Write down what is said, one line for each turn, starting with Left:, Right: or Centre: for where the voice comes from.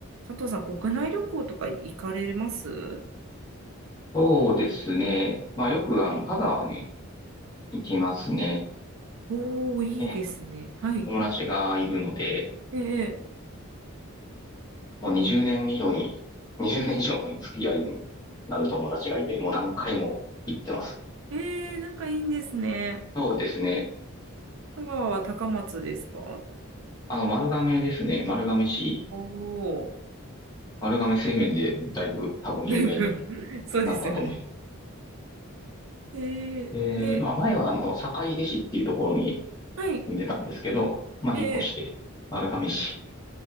Right: 佐藤さん、国内旅行とか行かれます
Left: そうですね。まあよくあの、香川に行きますね。
Right: おー、いいですね。
Left: ええ
Right: はい。
Left: 友達がいるので、
Right: ええ、
Left: もう20年以上に、<laughs> 20年以上の付き合いになる友達がいて、もう何回も行ってます。
Right: ええ、なんかいいんですね。
Left: そうですね。
Right: 香川は高松ですか
Left: あの、丸亀ですね。丸亀市、
Right: おお
Left: 丸亀製麺でだいぶ多分有名に
Right: ー、だいぶ <laughs> そうですよね。
Left: なったと思います。
Right: えーで、
Left: で、まあ前はあの、坂出市っていうところに
Right: はい。
Left: 住んでたんですけど、まあ引っ越して、
Right: ええ、
Left: 丸亀市。